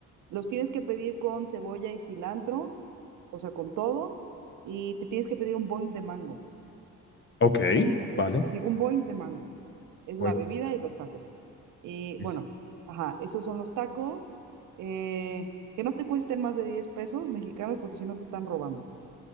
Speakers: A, on the right (about 80°); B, on the left (about 40°).
A: los tienes que pedir con cebolla y cilantro, o sea, con todo, y te tienes que pedir un boing de mango.
B: Ok,
A: Así, así,
B: vale.
A: así, un boing de mango. Es
B: Voy
A: la bebida
B: a
A: y los tacos. Y
B: intentar.
A: bueno, ajá, esos son los tacos. eh, que no te cuesten más de 10 pesos mexicanos porque si no te están robando.